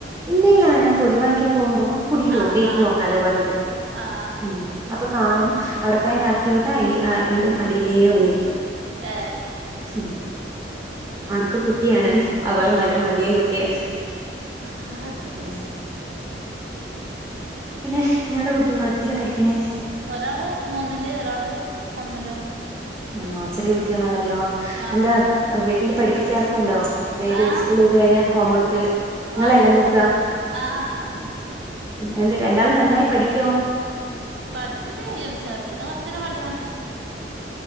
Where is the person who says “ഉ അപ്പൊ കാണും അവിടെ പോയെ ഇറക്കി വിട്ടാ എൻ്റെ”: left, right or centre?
Right